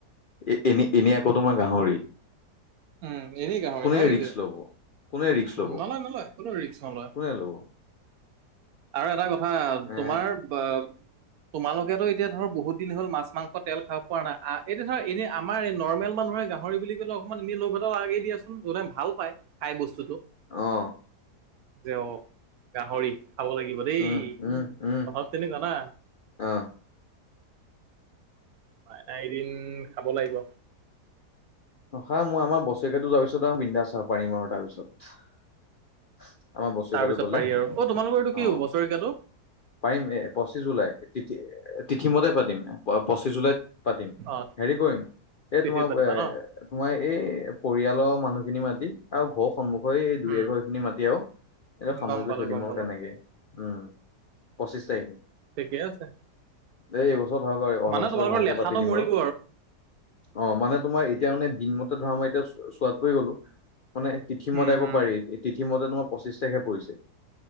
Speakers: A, on the left (about 85°); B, on the right (about 70°).
A: এ এনে এনেই আকৌ তোমাৰ গাহৰি।
B: উম এনেই গাহৰি
A: কোনে
B: হয়টোৱে
A: ৰিক্স ল'ব, কোনে ৰিক্স ল'ব।
B: নলয় নলয় কোনো ৰিক্স নলয়
A: কোনে লব।
B: আৰু এটা কথা তোমাৰ
A: এ
B: বা- তোমালোকেতো এতিয়া ধৰ বহুত দিন হল মাছ মাংস তেল খাব পৰা নাই। এতিয়া ধৰ এনে আমাৰ এই নৰ্মেল মানুহে গাহৰি বুলি ক'লে অকমান এনেই লোভ লাগে দিয়াচোন যোনে ভাল পায় খাই বস্তু।
A: আহ
B: যে অ গাহৰি খাব লাগিব দেই।
A: উম উম উম
B: কথাটো তেনেকুৱা না।
A: অ।
B: মনা এদিন খাব লাগিব।
A: হা মই আমাৰ বছৰেকো যোৱাৰ পিছত আৰু বিন্ধা চাব পাৰিম আৰু তাৰপিছত। আমাৰ বছেৰেকীয়াটো
B: তাৰপিছত
A: গ'লে
B: পাৰি আৰু, অ তোমালোকৰ এইটো কি
A: অ
B: হ বছৰিকীয়াতটো?
A: পাৰিম এ পঁচিশ জুলাই তিথি তিথিমতে পাতিম। পঁচিছ জুলাইত পাতিম।
B: অ
A: হেৰি কৰিম এই
B: তেতিত
A: তোমাৰ
B: পাতিবা ন
A: তোমাৰ এই পৰিয়ালৰ মানুহ খিনি মাতি আৰু ঘৰৰ সন্মুখীন ঘ দুই
B: উম
A: এঘৰ খিনি মাতি আৰু, এ সামৰি
B: গম
A: কৰি
B: পালো
A: থৈ দিম
B: গম
A: আৰু
B: পালো
A: তেনেকে উম। পঁচিশ তাৰিখে।
B: ঠিকে আছে
A: এই এইবছৰত হওক আৰু অহা
B: মানে
A: বছৰ
B: তোমালোকৰ
A: ভালকে
B: লেঠাটো
A: পাতি দিম
B: মৰিব
A: আৰু অ মানে তোমাৰ এতিয়া মানে, তিমতে ধৰা মই এতিয়া চোৱাত পৰি গ'লো, মানে তিথিমতে
B: উম
A: আকৌ
B: উম
A: পাৰি তি মতে তোমাৰ পঁচিছ তাৰিখে পৰিছে।